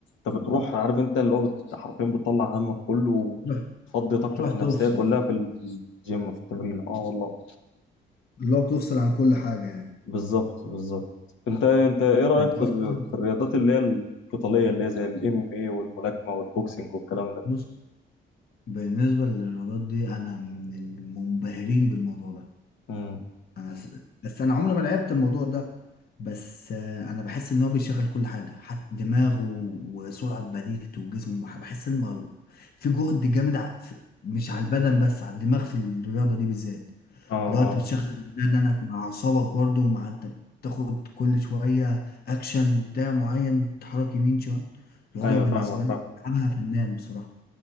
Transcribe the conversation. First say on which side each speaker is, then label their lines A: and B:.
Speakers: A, on the left; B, on the left.
A: انت بتروح عارف انت اللي هو بت- حرفيا بتطلع همك كله
B: بتروح
A: وتفضي طاقتك
B: بتروح
A: النفسيه
B: تفصل
A: كلها في ال- في الجيم في التمرين اه والله
B: اللي هو بتفصل عن كل حاجة يعني
A: بالظبط بالظبط انت انت ايه رايك
B: انت
A: في
B: اصلا
A: الر- في الرياضات اللي هي القتاليه اللي هي زي الام ام اي والملاكمه والبوكسنج والكلام ده
B: بص بالنسبة للرياضات دي انا من المنبهرين بالموضوع ده
A: امم
B: انا س- بس انا عمري ما لعبت الموضوع ده بس آه، انا بحس ان هو بيشغل كل حاجه حتى دماغه وسرعه بديهته وجسمه بح- بحس ان ما- في جهد جامد ع- في- مش على البدن بس على الدماغ في الرياضه دي بالذات
A: اه
B: اللي
A: اه
B: هو انت بتشغل بدنك مع اعصابك برضه ومع انت بتاخد كل شويه اكشن بتاع معين تحرك يمين شمال الرياضه
A: ايوه
B: بالنسبه
A: فاهمك
B: لي
A: فاهمك
B: بلعبها فنان بصراحه